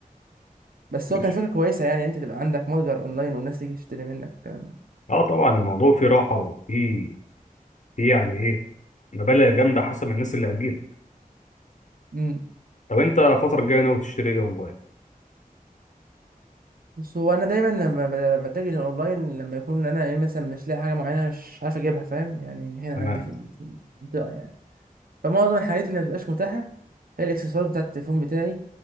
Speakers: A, on the right; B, on the left.
A: بس هو
B: ماشي
A: كان فكرة كويسة يعني انت تبقى عندك متجر اونلاين والناس تيجي تشتري منك الكلام ده
B: اه طبعا الموضوع فيه راحه وفيه فيه يعني ايه مبالغ جامده حسب الناس اللي هتجيلك
A: امم
B: طب انت الفتره الجايه ناوي تشتري ايه اونلاين
A: بس هو انا دايما لما ب- بتجه للاونلاين لما يكون انا ايه مثلا مش لاقي حاجة معينة مش عارف اجيبها فاهم يعني هنا
B: تمام
A: عندي في ال- في المنطقة يعني فمعظم الحاجات اللي مبتبقاش متاحة هي الاكسسوارات بتاعة التليفون بتاعي